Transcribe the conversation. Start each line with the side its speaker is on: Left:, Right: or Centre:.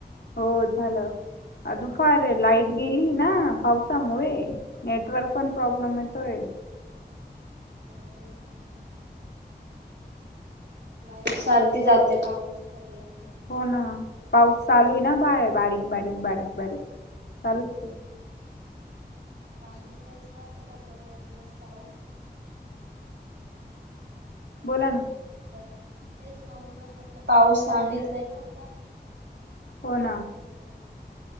Left: हो झालं. दुपार
Right: काय
Left: ये
Right: करताय
Left: लाईट गेली ना पावसामुळं. नेटवर्क
Right: हा
Left: पण
Right: हा
Left: प्रॉब्लेम येतोय.
Right: <inaudible> लाईट सारखी जाते, पाऊस पडला का.
Left: हो ना. पाऊस चालू आहे ना, बारीक बारीक बारीक बारीक चालूचे.
Right: सांगितलेच ना, आता सध्या दोन दिवस पाऊस.
Left: बोला ना.
Right: तेच दोन दिवस म्हटलं, पाऊस सांगितलंय ना आता.
Left: हो
Right: कोणता
Left: ना
Right: नंबर?